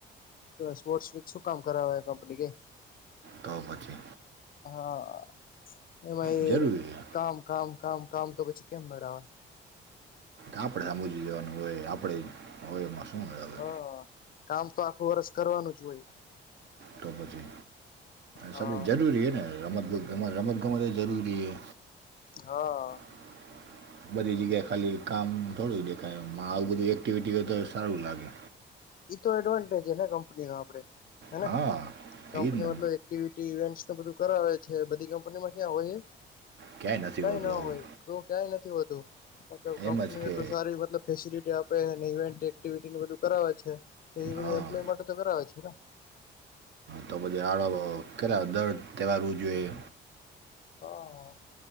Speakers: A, on the left (about 45°); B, on the right (about 60°).
A: સ્પોર્ટસચ શું કામ કર કંપની કે
B: તો પછી
A: હા એમાં
B: જરૂરી
A: એ કામ કામ કામ કામ તો પછી કેમ લગાવે
B: આપડે સમજી જવાનું હોય આપડે હોય એમાં શું હવે
A: હા કામ તો આખું વર્ષ કરવાનું જ હોય
B: તો પછી
A: હા
B: સબ જરૂરી છે ને રમતગતત રમત ગમત જરૂરી છે
A: હા
B: <inaudible> બધી જગ્યાએ ખાલી કામ થોડું દેખાય આવું બધું એક્ટિવિટી હોય તો સારું લાગે
A: તો એડવાન્ટેજ ને કંપની ન આપે હે
B: હા
A: કંપની
B: એ જ ને
A: મતલ એક ઇ બધું કરાવે છે બધી કંપનીમાં ક્યાં હોય
B: ક્યાંય નથી
A: કઈ
B: હોતું
A: ના
B: આવું
A: હોય તો ક્યાંય નથી હોતું મતલબ કંપનીને
B: એમ જ કે
A: એટલું સારી મતલબ ફેસિલિટી આપે ને ઇવેન્ટ એક્ટિવિટીને બધું કરાવે છે એ બધું
B: હા
A: એમ્પ્લોય માટે તો કરાવે છે ને
B: તો પછી આડ કેટલા દર્ર તહેવારવું જોઈએ
A: હા